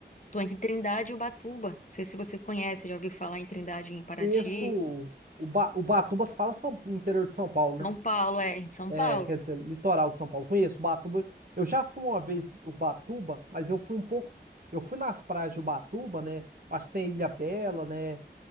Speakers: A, on the left; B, on the right.
A: tô entre Trindade e Ubatuba, não sei se você conhece, já ouviu falar em Trindade, em Paraty,
B: Conheço o, o, ba... o Batuba, se fala São... interior de São Paulo, né?
A: São Paulo, é, em São
B: É,
A: Paulo.
B: quer dizer, litoral de São Paulo. Conheço Ubatuba. Eu já fui uma vez Ubatuba, mas eu fui um pouco. Eu fui nas praias de Ubatuba, né? Acho que tem Ilha Bela, né?